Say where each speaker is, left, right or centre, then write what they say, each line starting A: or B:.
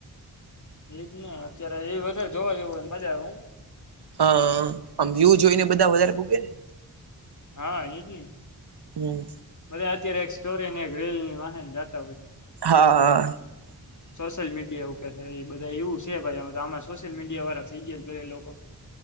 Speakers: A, on the left; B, on the right.
A: એજ ને અત્યારે એ વધારે જોવા જેવું હોયને મજા આવે હો
B: હા આમ વ્યુ જોઈને બધા વધારે પુગે ને
A: હા એજ ને
B: હમ.
A: બધા અત્યારે એક સ્ટોરીને એક રેલની વાહન જાતા હોય
B: હા, હા
A: સોશિયલ મીડિયા ઉપરને એ બધા એવું છે, ભાઈ અવે તો આમાં સોશિયલ મીડિયા વાળા થઈ ગયા બધા એ લોકો